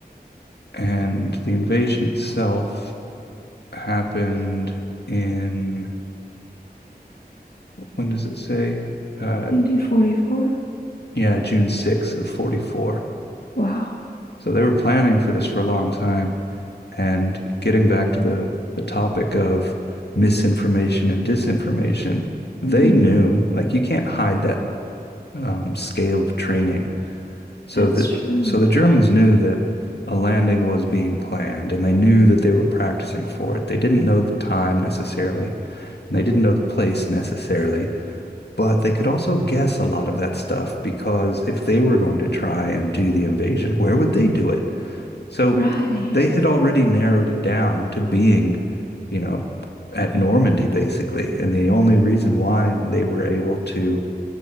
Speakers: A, on the left; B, on the left.
A: and the invasion itself happened in when does it say? Uh,
B: 1944?
A: yeah, June 6 of 44.
B: Wow.
A: So they were planning for this for a long time. And getting back to the, the topic of misinformation and disinformation, they
B: Mm.
A: knew, like you can't hide that um, scale of training. So
B: That's
A: that
B: true.
A: so the Germans knew that a landing was being planned, and they knew that they were practicing for it. They didn't know the time necessarily, and they didn't know the place necessarily, but they could also guess a lot of that stuff because if they were going to try and do the invasion, where would they do it? So
B: Right.
A: they had already narrowed it down to being, you know, at Normandy basically. And the only reason why they were able to,